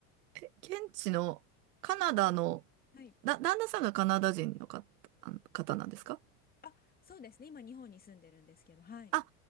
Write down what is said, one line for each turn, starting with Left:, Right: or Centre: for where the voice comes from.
Right: 現地のカナダの、
Left: はい。
Right: だ、旦那さんがカナダ人の方、あの方なんですか
Left: あ、そうですね。今日本に住んでるんですけど、はい。
Right: あ、